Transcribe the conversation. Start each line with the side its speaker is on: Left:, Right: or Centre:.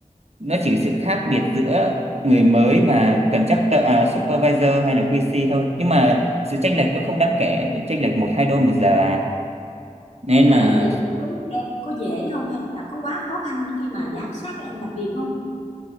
Right: nó chỉ sự khác biệt giữa người mới
Left: thì
Right: và contractor à, supervisor hay là QC thôi nhưng mà sự chênh lệch nó không đáng kể chênh lệch một hai đô một giờ à nên
Left: ủa
Right: là
Left: vậy thì đối với em có dễ không hay là có quá khó khăn khi mà giám sát các em làm việc không